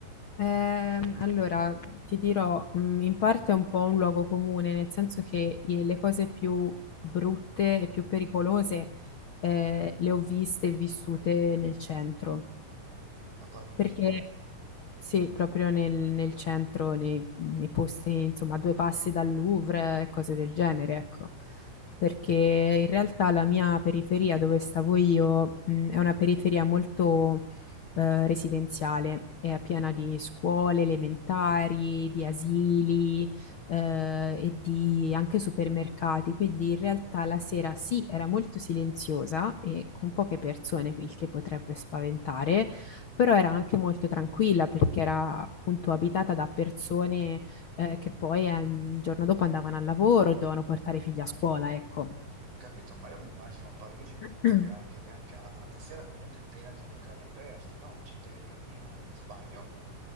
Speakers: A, on the left; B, on the right.
A: Ehm, allora, ti dirò, mh, in parte è un po' un luogo comune, nel senso che i- le cose più brutte e più pericolose eh, le ho viste e vissute nel centro.
B: A Parigi
A: Perché
B: proprio. Ho
A: sì, proprio nel, nel centro, nei, nei posti, insomma, a due passi dal Louvre, e cose del genere, ecco. Perché in realtà la mia periferia dove stavo io, mh, è una periferia molto eh, residenziale, è piena di scuole elementari, di asili eh, e di anche supermercati. Quindi in realtà la sera sì, era molto silenziosa e con poche persone, il che potrebbe spaventare però era anche molto tranquilla perché era appunto abitata da persone eh, che poi eh, il giorno dopo andavano al lavoro, dovevano portare i figli a scuola, ecco.
B: Capito, ma io mi immagino Parigi comunque
A: <clears throat>
B: anche, anche a- alla sera comunque piena di locali aperti, no? Gente che cammina, sbaglio?